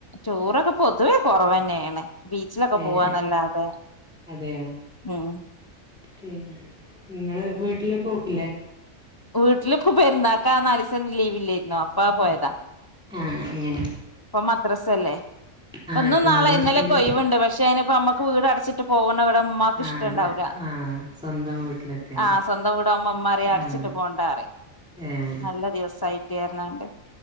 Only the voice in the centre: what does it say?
ഏഹ്
അതെയോ
പിന്നെ ങ്ങള് വീട്ടില് പോക്കില്ലേ
ആഹ് അങ്ങനെ
ആഹ്
ഇപ്പൊ
മദ്രസുണ്ട്
ആഹ്
അതെ ആഹ് സ്വന്തം വീട്ടിലൊക്കെ അല്ലേ
ആഹ്
ഏഹ്